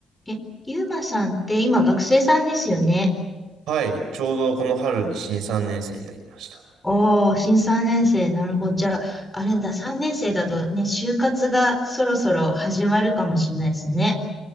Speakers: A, in the centre; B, on the right.
A: え、ゆうまさんって今学生さんですよね。
B: はい、ちょうどこの春に新3年生になりました。
A: おー、新3年生。なるほど。じゃあ、あれだ、3年生だとね、就活がそろそろ始まるかもしれないですね。